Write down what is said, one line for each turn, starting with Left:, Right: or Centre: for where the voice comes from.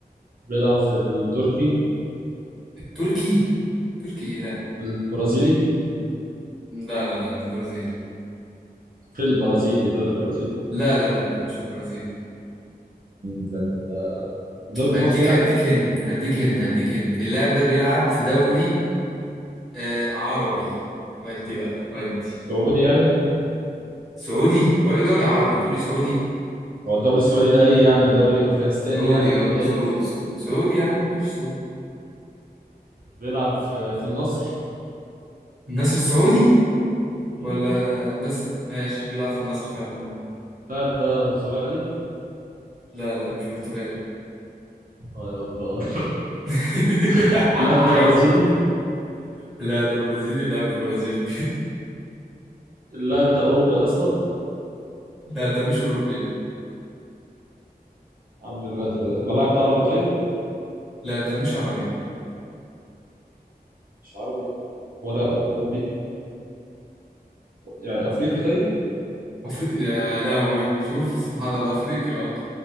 Right: بيلعب في التركي
Centre: التركي تركي ايه لا
Right: في البرازيلي
Centre: لا لا لا مش برازيل
Right: في البرازيلي الدوري البرازيلي
Centre: لا لا لا لا مش في البرازيل
Right: مم، ده الدوري المصري
Centre: هديك
Right: يعني
Centre: هديك هند هديك هند هديك هند اللاعب ده بيلعب في دوري آه عربي ودي بقى ودي
Right: السعودي يعني
Centre: سعودي بقول لك دوري عربي تقول لي سعودي
Right: هو الدوري السعودي ده ايه يعني دوري افغانستاني
Centre: سعودي
Right: يعني ولا
Centre: اه سعودي
Right: ايه
Centre: سعودي سعودي يا عم مش سعودي
Right: بيلعب في في النصر
Centre: النصر السعودي
Right: مم.
Centre: ولا النصر ماشي بيلعب في النصر فعلا
Right: اللاعب ده برتغالي
Centre: لا لا مش برتغالي
Right: اه يا غدار
Centre: <laughs>
Right: <laughs> اللاعب ده برازيلي
Centre: لا ده برازيلي لا مش برازيلي
Right: اللاعب ده اوروبي اصلا
Centre: <laughs> لا ده مش أوروبي
Right: عم الغدر ده اللاعب ده عربي طيب
Centre: لا ده مش عربي
Right: مش عربي ولا اوروبي يعني افريقي طيب
Centre: أفريقي يا لهوي شوف سبحان الله أفريقيا اه